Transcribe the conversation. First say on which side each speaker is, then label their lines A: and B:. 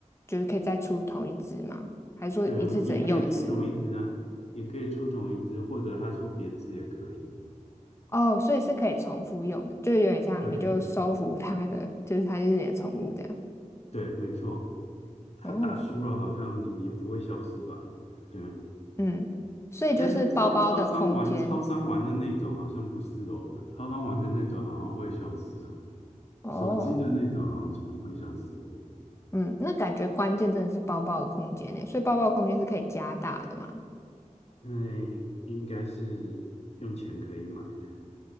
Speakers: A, on the left; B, on the left.
A: 就是可以再出同一只吗？还是说一次只能用一次？
B: 对，我也可以出同一只啊，也可以出同一只，或者他出别只也可以。
A: 哦，所以是可以重复用的，就是有点像你就收服它了，
B: 对对
A: 就是它就是你的宠物这样。
B: 对，没错。他打输了好像也不会消失吧？
A: 哦，
B: 对，
A: 嗯，所以就是包包的空间。
B: 但是超超商玩超商玩的那种好像不是哦，超商玩的那种好像会消失哦，
A: 哦，
B: 手机的那种好像是不会消失的，
A: 嗯，那感觉关键真的是包包的空间呢，所以包包的空间是可以加大的嘛？
B: 因为应该是用钱可以买的，